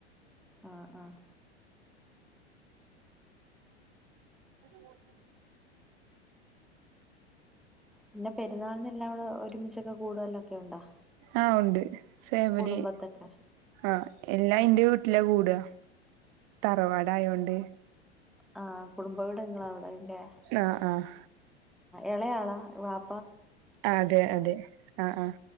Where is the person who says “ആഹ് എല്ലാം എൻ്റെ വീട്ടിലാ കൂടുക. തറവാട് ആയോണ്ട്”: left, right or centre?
Right